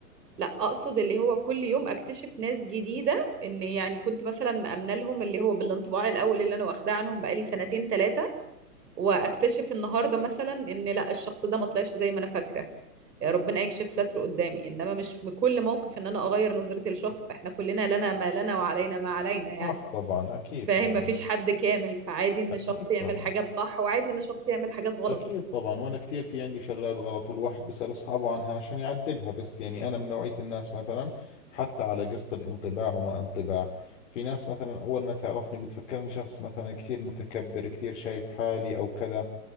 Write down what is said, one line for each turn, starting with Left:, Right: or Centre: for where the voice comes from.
Right: لا اقصد اللي هو كل يوم اكتشف ناس جديده ان يعني كنت مثلا مأمنه لهم اللي هو بالانطباع الاول اللي انا واخداه عنهم بقالي سنتين ثلاثه واكتشف النهارده مثلا ان لا الشخص ده ما طلعش زي ما انا فاكره يا ربنا يكشف ستره قدامي انما مش بكل موقف ان انا اغير نظرتي لشخص احنا كلنا لنا ما لنا وعلينا ما علينا يعني
Left: صح طبعا أكيد
Right: فاهم
Left: طبعا
Right: مفيش حد كامل فعادي ان
Left: أكيد
Right: شخص يعمل
Left: طبعا
Right: حاجات صح وعادي ان شخص يعمل حاجات غلط
Left: أكيد طبعا وأنا كثير في عندي شغلات غلط والواحد بيسأل أصحابه عنها عشان يعدلها بس يعني أنا من نوعية الناس مثلا حتى على قصة الانطباع وما انطباع في ناس مثلا أول ما تعرفني بتفكرني شخص مثلا كثير متكبر كثير شايف حالي أو كذا